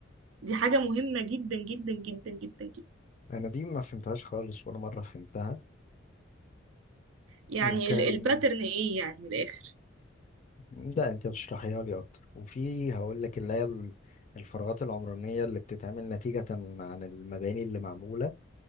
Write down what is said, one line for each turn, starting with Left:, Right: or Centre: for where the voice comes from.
Right: دي حاجه مهمه جدا جدا جدا جدا جدا
Left: انا دي ما فهمتهاش خالص ولا مرة فهمتها
Right: يعني
Left: وكان
Right: ال- الباترن ايه يعني من الاخر
Left: ده انت بتشرحيها لي اكتر وفي هقول لك اللي هي ال- الفراغات العمرانية اللي بتتعمل نتيجة عن المباني اللي معمولة